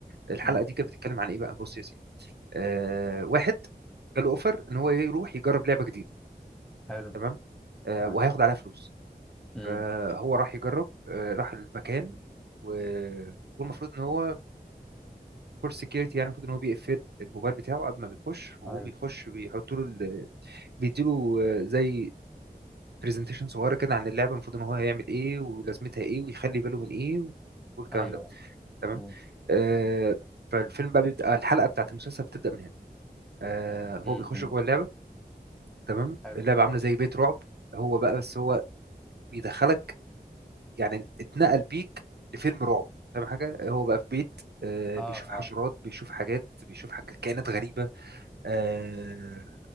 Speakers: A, on the right; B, in the centre.
A: الحلقه
B: امم
A: دي كانت بتتكلم عن ايه بقى بص يا سيدي آه واحد جاله اوفر ان هو يروح يجرب لعبه جديده
B: حلو
A: تمام آه
B: تمام
A: وهياخد عليها فلوس
B: امم
A: فهو راح يجرب آه راح المكان و- والمفروض ان هو فور سكيورتي يعني المفروض ان هو بيقفل الموبايل بتاعه قبل ما بيخش وهو
B: ايوه
A: بيخش بيحط له ال- بيديله آه، زي برزنتيشن صغيره كده عن اللعبه المفروض ان هو هيعمل ايه ولازمتها ايه ويخلي باله من ايه والكلام
B: ايوه
A: ده
B: ايوه
A: تمام
B: امم
A: آه فالفيلم بقى بيبدا آه، الحلقه بتاعت المسلسل بتبدا من هنا آه هو
B: امم
A: بيخش جوه اللعبه تمام
B: حلو
A: اللعبه عامله زي بيت رعب هو بقى بس هو بيدخلك يعني اتنقل بيك لفيلم رعب فاهم حاجه هو بقى في بيت آه
B: اه
A: بيشوف حشرات
B: اه
A: بيشوف حاجات بيشوف حاجات كائنات غريبه آه